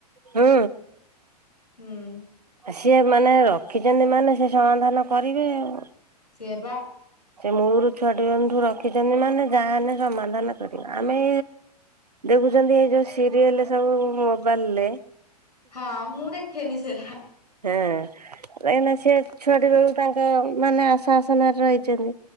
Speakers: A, on the right; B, on the left.
A: ହୁଁ।
B: ହୁଁ।
A: ସିଏ ମାନେ ରଖିଛନ୍ତି ମାନେ ସେ ସମାଧାନ କରିବେ ଆଉ।
B: ସେୟାପା।
A: ସେ ମୂଳରୁ ଛୁଆଟି ମାନଙ୍କୁ ରଖିଛନ୍ତି ମାନେ ଯାହା ହେନେ ସମାଧାନ କରିବା। ଆମେ ଦେଖୁଛନ୍ତି ଏଇ ଯୋଉ ସିରିଏଲ ସବୁ ମୋବାଇଲ ରେ।
B: ହଁ ମୁଁ ଦେଖେନି ସେରା ହା।
A: ହେଁ କାହିଁକିନା ସେ ଛୁଆଟି ବେଳୁ ତାଙ୍କ ମାନେ ଆସା ଆସନରେ ରହିଚନ୍ତି।